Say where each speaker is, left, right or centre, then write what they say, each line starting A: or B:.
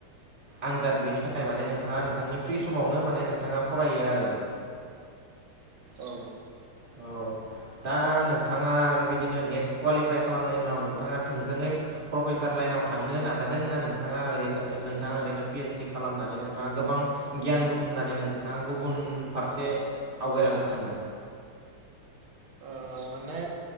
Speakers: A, on the right; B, on the right.
A: आनजाद बेनि थाखाय माने नोंथाङा नोंथांनि फ्रि समावनो माने नोंथाङा फरायो आरो ना?
B: औ।
A: औ। दा नोंथाङा बेबायदिनो नेट कुवालिफाइ खालामनायनि उनाव नोंथाङा थोंजोङै प्रफेसार लाइनाव थांनो नाजादों ना नोंथाङा ओरैनो नोंथाङा ओरैनो पिइसडि खालामनानै नोंथाङा गोबां गियान बुथुमनानै नोंथाङा गुबुन फारसे आवगायलांनो सानदों?
B: ओ माने